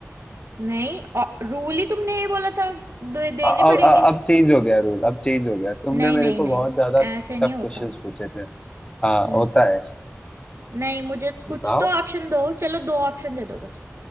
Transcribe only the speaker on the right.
नहीं रूल ही तुमने ये बोला था दे, देने
पड़ेंगे
नहीं
नहीं
नहीं
ऐसे नहीं
होता
हम्म,
नहीं मुझे कुछ
तो ऑप्शन दो चलो दो ऑप्शन दे दो बस